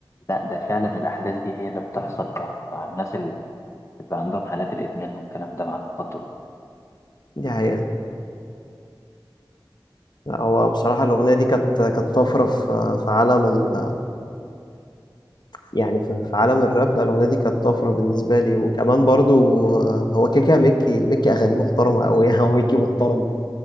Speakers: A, on the left (about 35°); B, on the left (about 60°).
A: لا ده فعلا الأحداث دي هي اللي بتحصل بقى مع الناس اللي بيبقى عندهم حالات الإدمان والكلام ده مع المخدرات
B: دي حقيقة لا، هو بصراحة الأغنية دي كانت كانت طفرة في في عالم ال يعني في في عالم الراب لا الأغنية دي كانت طفرة بالنسبة لي وكمان برضو آه، هو كده كده ميكي ميكي أغاني محترمة أوي <laughs> يعني هو ميكي محترم